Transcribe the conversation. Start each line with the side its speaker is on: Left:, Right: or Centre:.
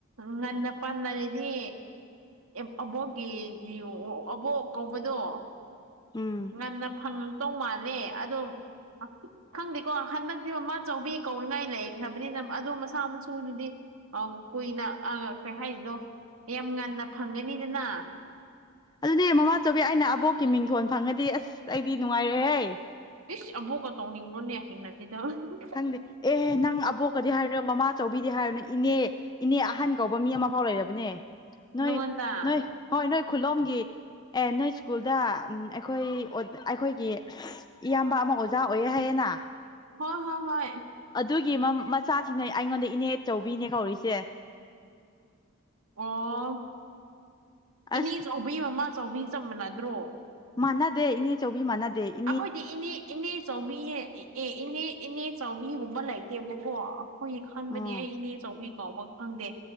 Right: ꯉꯟꯅ ꯄꯥꯟꯅꯔꯗꯤ ꯑꯦꯞ ꯑꯕꯣꯛꯀꯤ <unintelligible> ꯑꯕꯣꯛ ꯀꯧꯕꯗꯣ
Left: ꯎꯝ
Right: ꯉꯟꯅ ꯐꯪ <unintelligible> ꯇꯩ ꯃꯥꯜꯂꯦ ꯑꯗꯣ ꯑꯥ ꯈꯪꯗꯦꯀꯣ ꯍꯟꯗꯛꯇꯤ ꯃꯃꯥ ꯆꯧꯕꯤ ꯀꯧꯅꯤꯡꯉꯥꯏ ꯂꯩꯈ꯭ꯔꯕꯅꯤꯅ ꯑꯗꯨꯗꯣ ꯃꯁꯥ ꯃ <unintelligible> ꯊꯨꯗꯨꯗꯤ ꯑꯥ ꯀꯨꯏꯅ ꯑꯥ ꯀꯩ ꯍꯥꯏꯔꯤꯅꯣ ꯌꯥꯝ ꯉꯟꯅ ꯐꯪꯉꯅꯤꯗꯅ
Left: ꯑꯗꯨꯅꯦ ꯃꯃꯥ ꯆꯧꯕꯤ ꯑꯩꯅ ꯑꯕꯣꯛꯀꯤ ꯃꯤꯡꯊꯣꯟ ꯐꯪꯉꯗꯤ ꯑꯁ ꯑꯩꯗꯤ ꯅꯨꯡꯉꯥꯏꯔꯦꯍꯦ
Right: ꯏꯁ ꯑꯕꯣꯛꯀ ꯇꯧꯅꯤꯡꯕ꯭ꯔꯣꯅꯦ ꯍꯩꯅꯗꯦꯗ <unintelligible>
Left: ꯈꯪꯗꯦ ꯑꯦꯍꯦ ꯅꯪ ꯑꯕꯣꯛꯀꯗꯤ ꯍꯥꯏꯔꯨꯅꯣ ꯃꯃꯥ ꯆꯧꯕꯤꯗꯤ ꯍꯥꯏꯔꯨꯅꯨ ꯏꯅꯦ ꯏꯅꯦ ꯑꯍꯟ ꯀꯧꯕ ꯃꯤ ꯑꯃ ꯐꯧ ꯂꯩꯔꯕꯅꯦ ꯅꯣꯏ
Right: ꯅꯪꯉꯣꯟꯗ
Left: ꯅꯣꯏ ꯍꯣꯏ ꯅꯣꯏ ꯈꯨꯟꯂꯣꯝꯒꯤ ꯑꯦ ꯅꯣꯏ ꯁ꯭ꯀꯨꯜꯗ ꯎꯝ ꯑꯩꯈꯣꯏ ꯑꯣ ꯑꯩꯈꯣꯏꯒꯤ ꯁꯁ ꯏꯌꯥꯝꯕ ꯑꯃ ꯑꯣꯖꯥ ꯑꯣꯏꯌꯦ ꯍꯥꯏꯌꯦꯅꯥ
Right: ꯍꯣ ꯍꯣ ꯍꯣꯏ
Left: ꯑꯗꯨꯒꯤ ꯃꯥ ꯃꯆꯥꯁꯤꯡꯅꯦ ꯑꯩꯉꯣꯟꯗ ꯏꯅꯦ ꯆꯧꯕꯤꯅꯦ ꯀꯧꯔꯤꯁꯦ
Right: ꯑꯣ ꯏꯅꯦ
Left: ꯑꯁ
Right: ꯆꯧꯕꯤ ꯃꯃꯥ ꯆꯧꯕꯤ ꯆꯞ ꯃꯅꯗ꯭ꯔꯣ꯫
Left: ꯃꯥꯟꯅꯗꯦ ꯏꯅꯦ ꯆꯧꯕꯤ ꯃꯥꯟꯅꯗꯦ ꯏ
Right: ꯑꯈꯣꯏꯗꯤ ꯏꯅꯦ ꯏꯅꯦ ꯆꯧꯃꯤ ꯑꯦ ꯏꯅꯦ ꯏꯅꯦ ꯆꯧꯕꯤꯒꯨꯝꯕ ꯂꯩꯇꯦꯕꯀꯣ ꯍꯣꯏꯌꯦ ꯈꯟꯕꯅꯤ
Left: ꯑꯥ
Right: ꯑꯩ ꯏꯅꯦ ꯆꯧꯕꯤ ꯀꯧꯕ ꯈꯪꯗꯦ